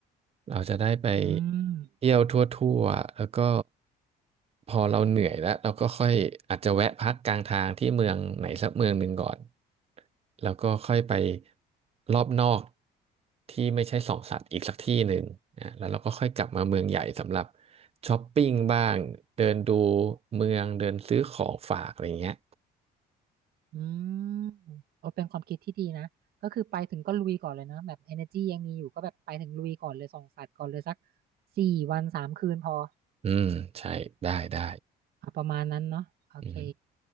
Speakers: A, on the right; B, on the right.
A: เราจะได้ไป
B: อืม
A: เที่ยวทั่วๆแล้วก็พอเราเหนื่อยแล้วเราก็ค่อยอาจจะแวะพักกลางทางที่เมืองไหนสักเมืองหนึ่งก่อนแล้วก็ค่อยไปรอบนอกที่ไม่ใช่สองสัตว์อีกสักที่หนึ่งอ่ะแล้วเราก็ค่อยกลับมาเมืองใหญ่สำหรับช้อปปิ้งบ้างเดินดูเมืองเดินซื้อของฝากอะไรเงี้ย
B: อืมโอ้เป็นความคิดที่ดีนะก็คือไปถึงก็ลุยก่อนเลยเนอะแบบ energy ยังมีอยู่ก็แบบไปถึงลุยก่อนเลยส่องสัตว์ก่อนเลยสักสี่วันสามคืนพอ
A: อืมใช่ได้ได้
B: อ่ะประมาณนั้นเนาะโอเค
A: อืม